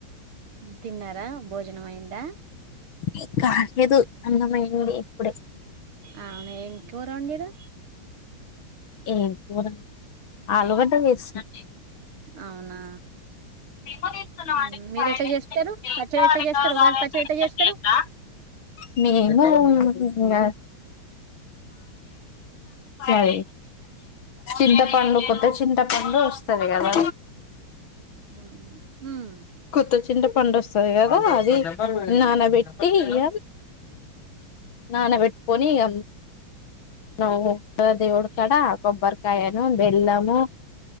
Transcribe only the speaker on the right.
తిన్నారా భోజనం అయిందా
అవునా ఏం కూర వొండిర్రు
అవునా
ఉమ్, మీరు ఎట్లా చేస్తారు పచ్చడి ఎట్లా చేస్తారు ఉగాది పచ్చడి
ఎట్లా చేస్తారు
ఉమ్ ఉమ్